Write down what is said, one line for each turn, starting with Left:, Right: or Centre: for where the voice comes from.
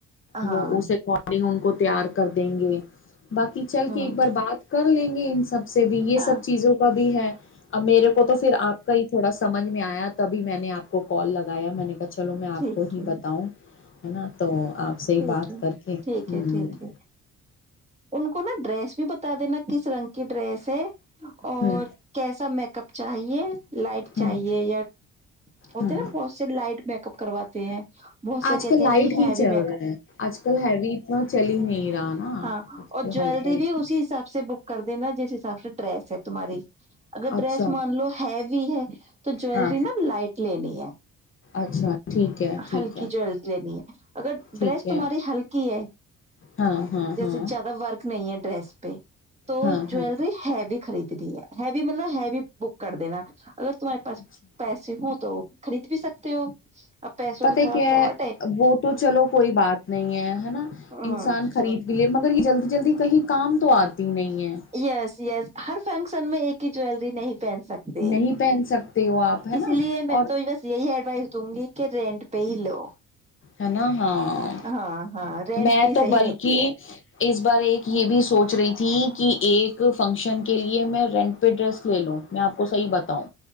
Right: ہاں
Left: وہ اس اکارڈنگ ان کو <unintelligible> تیار کر دیں گے <unintelligible> باقی چل
Right: ہوں
Left: کے ایک بار بات <unintelligible> کر لیں گے ان <unintelligible> سب سے بھی یہ
Right: ہاں
Left: سب چیزوں کا بھی ہے <unintelligible> ا میرے کو تو پھر آپ کا ہی تھوڑا سا <unintelligible> سمجھ میں آیا تبھی میں نے آپ کو کال لگایا میں نے <unintelligible> چلو میں آپ
Right: ٹھیک
Left: کو ہی
Right: ہے
Left: بتاؤں ہے نا تو آپ <unintelligible> سےحی
Right: ٹھیک
Left: بات
Right: ہے
Left: کر کے
Right: ٹھیک
Left: ہ
Right: ہے
Left: <unintelligible>
Right: ٹھیک ان کو نا ڈریس بھی بتا دینا <unintelligible> کس رنگ کی ڈریس ہے <unintelligible> اور
Left: ہ ہ
Right: کیسا میں <unintelligible> کب چاہیے <unintelligible> لائٹ
Left: ہوں
Right: چاہیے یا ہوتے
Left: ہوں
Right: نا بہت سےی لائٹ میں <unintelligible> اپ کرواتے ہیں <unintelligible> بہت سےے
Left: آج
Right: کہتی
Left: کل لائٹ
Right: ہیں نہیں ہے
Left: ہی
Right: بھی
Left: چل
Right: میںیک
Left: رہا
Right: <unintelligible>
Left: ہے آج کل ہےوی اتنا چلی ہی نہیں <unintelligible>
Right: ہاں
Left: آج
Right: اور
Left: کل
Right: جیلری
Left: ہلکا ہی
Right: بھی اسی حساب سے بک کر <unintelligible> د نا جس حساب سے ڈریس ہے تمہاری <unintelligible> اگر ڈرریس
Left: اچھا
Right: مان لو ہیوی <unintelligible> بھی ہے <unintelligible> تو ج جویلری
Left: ہاں
Right: میں لائٹ <unintelligible> لین ہے <unintelligible>
Left: اچھا <unintelligible> ہے ٹھیک
Right: ہلکی
Left: ہے
Right: جویلز لینی ہے <unintelligible> اگر
Left: ٹھیک
Right: ڈریس تمہاری
Left: ہے
Right: ہلکی ہے
Left: ہاں ہاں
Right: جیسے
Left: ہاں
Right: زیادہ ورک نہیں ہے ڈریس <unintelligible> پے <unintelligible> تو
Left: ہاں
Right: جیلری
Left: ہاں
Right: ہے بھی خرید <unintelligible> ہیو مطلب ہیو بک کرتے نا <unintelligible> اگر تمہارے پاس
Left: اچھا
Right: پیسے ہوں <unintelligible> تو خرید بھی سکتے ہو <unintelligible>
Left: پتا
Right: کی تھوڑا
Left: کیا
Right: شارٹ
Left: ہے وہ تو چلو کوئی بات نہیں ہے ہے نا
Right: ہوں
Left: انسان خرید
Right: ہوں
Left: کے لے مگر جلدی جلدی کہیں کام تو آتی نہیں ہے
Right: یس یس ہر فنکشن میں ایک ہی جیلری نہیں پہن سکتے
Left: نہیں پہن سکتے ہو آپ ہے نا
Right: اس لیے میں
Left: اور
Right: تو بس یہی ایڈوائس دوں گی کہ رینٹ پہ لو
Left: ہے نا ہاں
Right: ہاں ہاں رینٹ
Left: میں
Right: پہ
Left: تو
Right: صحیح
Left: بلکہ
Right: رہتی ہے
Left: اس بار ایک یہ بھی سوچ پچ رہی تھی کہ ایک فنکشن کے لیے میں رینٹ پہ ڈریس لے لوں میں آپ کو صحی بتاؤں